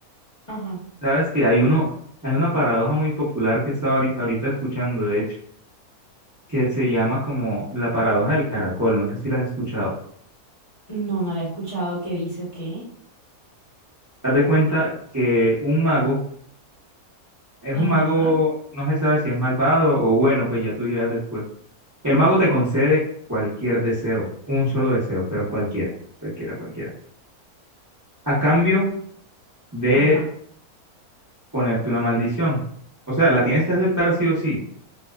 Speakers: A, on the left; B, on the right.
A: Ajá.
B: Sabes que hay uno, hay una paradoja muy popular que estaba ahorita, ahorita escuchando, de hecho, que se llama como la paradoja del caracol. No sé si la has escuchado.
A: No, no la he escuchado. ¿Qué dice o qué?
B: Haz de cuenta que un mago es
A: Ajá,
B: un mago, no se sabe si es malvado o bueno, pues ya tú dirás después. El mago te concede cualquier deseo, un solo deseo, pero cualquiera, cualquiera, cualquiera, a cambio de
A: ajá,
B: ponerte una maldición. O sea, la tienes que aceptar sí o sí